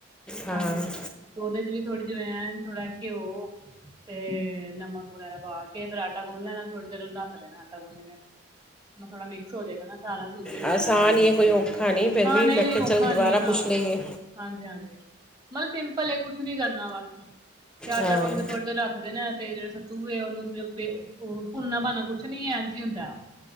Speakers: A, in the centre; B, on the right (about 20°).
A: ਹਾਂ
B: ਹਾਂਜੀ ਤੇ ਉਹਦੇ ਚੱ ਵੀ ਥੋੜ੍ਹੀ ਜਵੇਂ ਨ ਐ ਥੋੜਾ ਘਿਓ ਤੇ ਨਮਕ ਵਗੈਰਾ ਪਾ ਕੇ ਫਿਰ ਆਟਾ ਗੁੰਨ ਲੈਣਾ ਥੋੜ੍ਹੀ ਦੇਰ ਉਹਨੂੰ ਰੱਖ ਦੇਣਾ ਆਟਾ ਗੁੰਨ ਕੇ ਥੋੜਾ ਮਿਕਸ ਹੋ ਜਾਏਗਾ ਨਾ ਸਾਰਾ ਕੁਝ ਵਗੈਰਾ
A: ਆਸਾਨ
B: ਵੀ
A: ਹੀ ਹੈ ਕੋਈ ਔਖਾ ਨਹੀਂ ਫਿਰ
B: ਹਾਂ
A: ਵੀ
B: ਨਹੀਂ
A: ਮੈਂ ਕਿਹਾ
B: ਨਹੀਂ ਔਖਾ
A: ਚਲ ਦੁਬਾਰਾ
B: ਨੀ ਹਾਂ
A: ਪੁੱਛ ਲਈਏ
B: ਹਾਂਜੀ ਹਾਂਜੀ ਮਤਲੱਬ ਸਿੰਪਲ ਕੁੱਛ ਨੀ ਕਰਨਾ ਬਸ ਤੇ ਆਟਾ
A: ਹਾਂ
B: ਗੁੰਨ ਕੇ ਥੋੜੀ ਦੇਰ ਰੱਖ ਦੇਨਾ ਤੇ ਜਿਹੜੇ ਸੱਤੂ ਏ ਉਹਨੂੰ ਸਿਰਫ ਉਹ ਭੁਣਨਾ ਭਣਣਾ ਕੁੱਛ ਨੀ ਐਂਜੀ ਹੁੰਦਾਓ